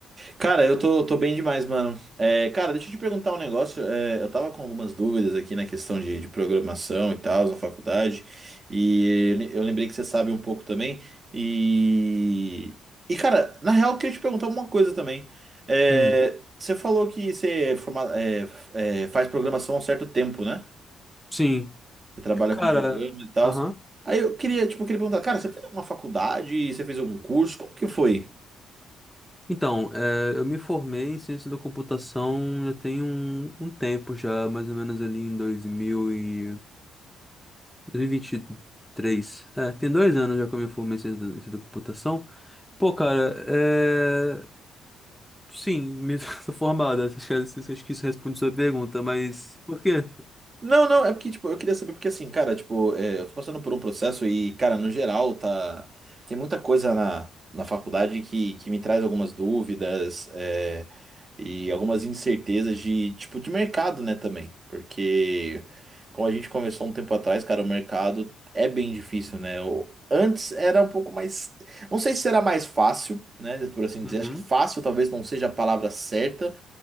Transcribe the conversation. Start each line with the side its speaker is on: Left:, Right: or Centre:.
Right: Cara, eu tô, tô bem demais, mano. É, cara, deixa eu te perguntar um negócio. É, eu tava com algumas dúvidas aqui na questão de, de programação e tal, na faculdade. E le- eu lembrei que você sabe um pouco também. E. E, cara, na real, eu queria te perguntar uma coisa também. É,
Centre: Hum,
Right: você falou que você é forma- é, f- é, faz programação há um certo tempo, né?
Centre: sim.
Right: Você trabalha
Centre: Cara,
Right: com programa e tal.
Centre: aham.
Right: Aí eu queria, tipo, eu queria perguntar, cara, você fez alguma faculdade? Você fez algum curso? Como que foi?
Centre: Então, é, eu me formei em ciência da computação já tem um, um tempo já, mais ou menos ali em 2000 e 2023. É, tem dois anos já que eu me formei em ciência da, ciência da computação. Pô, cara, é... Sim, me <laughs> sou formado. Acho que é, acho que isso responde sua pergunta, mas por quê?
Right: Não, não, é porque, tipo, eu queria saber, porque assim, cara, tipo, é, eu tô passando por um processo e, cara, no geral, tá. Tem muita coisa na, na faculdade que, que me traz algumas dúvidas, é, e algumas incertezas de, tipo, de mercado, né, também. Porque, como a gente conversou um tempo atrás, cara, o mercado é bem difícil, né? O- antes era um pouco mais. Não sei se era mais fácil, né, por assim
Centre: Uhum,
Right: dizer. Acho que fácil talvez não seja a palavra certa